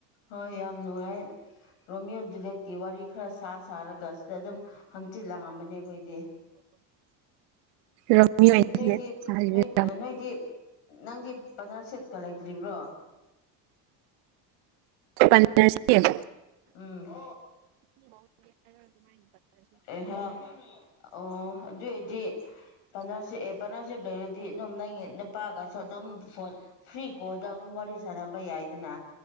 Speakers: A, on the left (about 75°); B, on the right (about 80°).
A: ꯍꯣꯏ ꯌꯥꯝ ꯅꯨꯡꯉꯥꯏ ꯔꯣꯃꯤꯌꯣ ꯖꯨꯂꯤꯦꯠꯀꯤ ꯋꯥꯔꯤ ꯈꯔ ꯁꯥ ꯁꯥꯔꯒ ꯑꯁꯤꯗ ꯑꯗꯨꯝ ꯍꯪꯆꯤꯠ ꯂꯥꯛꯉꯝꯕꯅꯦ ꯈꯣꯏꯗꯤ
B: ꯔꯣꯃꯤꯌꯣ
A: ꯅꯣꯏꯒꯤꯗꯤ
B: ꯑꯦꯟ
A: ꯅꯣꯏꯗꯤ
B: ꯖꯨꯂꯤꯌꯦꯠ ꯁꯥꯔꯤꯔ
A: ꯅꯣꯏ ꯅꯣꯏꯗꯤ ꯅꯪꯗꯤ ꯄꯥꯠꯅꯔꯁꯤꯞꯀ ꯂꯩꯇ꯭ꯔꯤꯕ꯭ꯔꯣ
B: ꯄꯥꯅꯔꯁꯤꯞ
A: ꯎꯝ <inaudible> ꯑꯦꯍꯦ ꯑꯣ ꯑꯗꯨ ꯑꯣꯢꯗꯤ
B: <inaudible>
A: ꯄꯥꯅꯔꯁꯤ ꯑꯦ ꯄꯥꯔꯠꯅꯔꯁꯤꯞ ꯂꯩꯔꯗꯤ ꯑꯗꯨꯝ ꯅꯣꯏꯒꯤ ꯅꯨꯄꯥꯒꯁꯨ ꯑꯗꯨꯝ ꯐꯣꯟ ꯐ꯭ꯔꯤ ꯀꯣꯜꯗ ꯑꯗꯨꯝ ꯋꯥꯔꯤ ꯁꯥꯅꯕ ꯌꯥꯏꯗꯅ